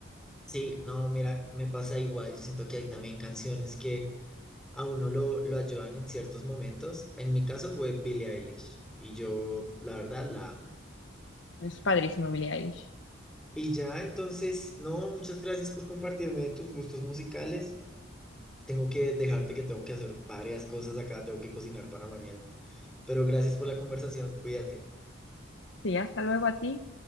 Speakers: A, in the centre; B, on the left.
A: sí, no, mira, me pasa igual. Yo siento que hay también canciones que a uno lo, lo ayudan en ciertos momentos. En mi caso fue Billie Eilish y yo, la verdad, la amo.
B: Es padrísimo, Billie Eilish.
A: Y ya, entonces, no, muchas gracias por compartirme tus gustos musicales. Tengo que dejarte que tengo que hacer varias cosas acá, tengo que cocinar para mañana. Pero gracias por la conversación, cuídate.
B: Sí, hasta luego a ti.